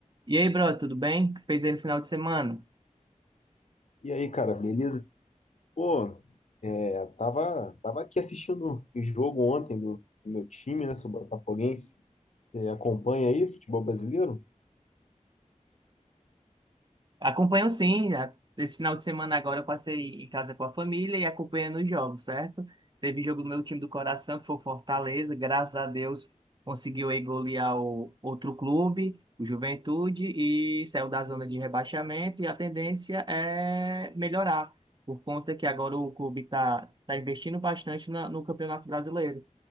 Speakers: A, on the right (about 35°); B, on the left (about 60°).
A: E aí, brother, tudo bem? O que Fez aí no final de semana?
B: E aí, cara, beleza? Pô, é, tava, tava aqui assistindo o jogo ontem do, do meu time, né? Sou botafoguense. Você acompanha aí futebol brasileiro?
A: Acompanho sim. a- Esse final de semana agora eu passei em casa com a família e acompanhando os jogos, certo? Teve jogo do meu time do coração, que foi o Fortaleza. Graças a Deus conseguiu aí golear o outro clube, o Juventude, e saiu da zona de rebaixamento. E a tendência é melhorar, por conta que agora o clube está tá tá investindo bastante na- no Campeonato Brasileiro.